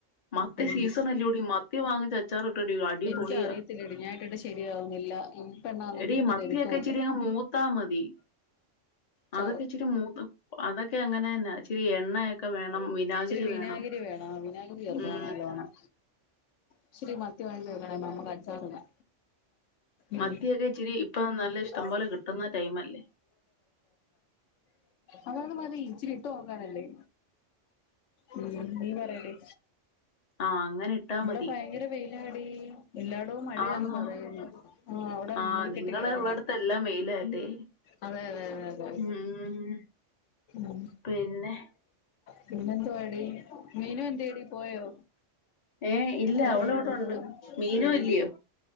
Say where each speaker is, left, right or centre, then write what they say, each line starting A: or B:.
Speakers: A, on the left (about 40°); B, on the left (about 80°).
A: മത്തി
B: ശരി
A: സീസൺ അല്ലൂടി മത്തി വാങ്ങ അച്ചാർ ഇട്ട്നോക്ക് അടിപൊളിയാ
B: എനിക്കറിയത്തില്ലടി ഞാൻ ഇട്ടിട്ട് ശരിയാവുന്നില്ല ഈ പെണ്ണാണെങ്കി
A: എടി
B: ഇട്ട്
A: മത്തിയൊക്കെ
B: തരുത്തൂല്ല
A: ഇച്ചിരി മൂ ത്താ മതി
B: ചാറ്
A: അതൊക്കെ ഇച്ചിരി മൂത്ത് അതൊക്കെ അങ്ങനെന്നെ ഇച്ചിരി എണ്ണയെക്കെ വേണം വിനാഗിരി
B: ഇച്ചിരി വിനാഗിരി
A: വേണം
B: വേണം വിനാഗിരി ചേർക്കണം
A: ഉം
B: നല്ലോണം ഇച്ചിരി മത്തിവാങ്‌ച്ച് വെക്കണം നമ്മക് അച്ചാറിടാ ഉം
A: മത്തിയൊക്കെ ഇച്ചിരി ഇപ്പൊ നല്ല ഇഷ്ടം
B: <inaudible>
A: പോലെ കിട്ടുന്ന ടൈമല്ലേ
B: അതത് മതി ഇച്ചിരി ഇട്ട് നോകാനല്ലേ ഉം നീ പറയടി
A: ആഹ് അങ്ങനെ ഇട്ട
B: ഇവിടെ
A: മതി
B: ഭയങ്കര വെയിലാടി എല്ലാടോം മഴയാന്ന്
A: ആന്നോ
B: പറയുന്നു ആഹ് അവിടെ
A: ആ
B: മൂടി
A: നിങ്ങള്
B: കെട്ടി കെടക്കുന്നു
A: ഉള്ളടത്തെല്ലാം വെയിലല്ലേ
B: അതെ അതെ അതെ അതെ
A: ഉം
B: ഉം
A: പിന്നെ
B: പിന്നെന്തോ വ മീനു എന്തെടി പോയോ
A: ഏ ഇല്ല
B: പറയുന്നില്ല
A: അവള് ഇവിടുണ്ട് മീനു
B: പേര്
A: അല്ലയോ